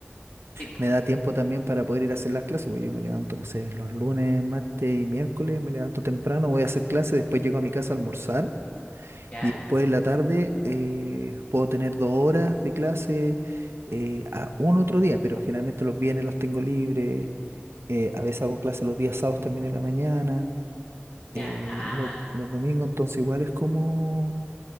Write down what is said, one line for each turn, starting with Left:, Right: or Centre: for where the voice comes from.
Left: Tipo,
Right: me da tiempo también para poder ir a hacer las clases, porque yo me levanto, no sé, los lunes, martes y miércoles, me levanto temprano, voy a hacer clases, después llego a mi casa a almorzar
Left: ¿ya?
Right: y después en la tarde eh, puedo tener dos horas de clase eh, a un otro día, pero generalmente los viernes los tengo libres, eh, a veces hago clases los días sábados también en la mañana, eh,
Left: Ya, ah,
Right: los, los domingos entonces igual es como...